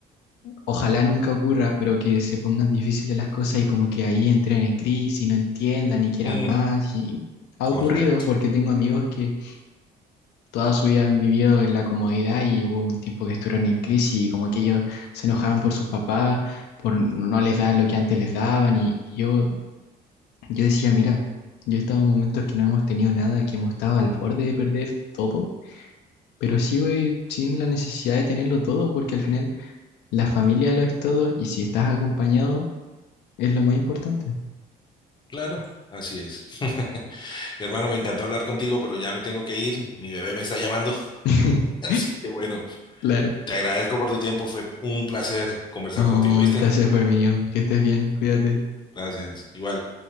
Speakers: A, on the left (about 80°); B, on the left (about 25°).
A: ojalá nunca ocurra, pero que se pongan difíciles las cosas y como que ahí entren en crisis y no entiendan y quieran
B: Mm,
A: más. Y ha
B: correcto.
A: ocurrido porque tengo amigos que toda su vida han vivido en la comodidad y hubo un tiempo que estuvieron en crisis y como que ellos se enojaban por sus papás, por no no les dar lo que antes les daban y y yo Yo decía, mira, yo he estado en momentos que no hemos tenido nada, que hemos estado al borde de perder todo, pero sigo eh, sin la necesidad de tenerlo todo, porque al final la familia lo es todo y si estás acompañado es lo más importante.
B: Claro, así es. <laughs> Hermano, me encantó hablar contigo, pero ya me tengo que ir. Mi bebé me está llamando.
A: <laughs>
B: <laughs> Así que bueno,
A: Claro.
B: te agradezco por tu tiempo. Fue un placer conversar
A: No,
B: contigo, ¿viste?
A: el placer fue mío. Que estés bien, cuídate.
B: Gracias. Igual.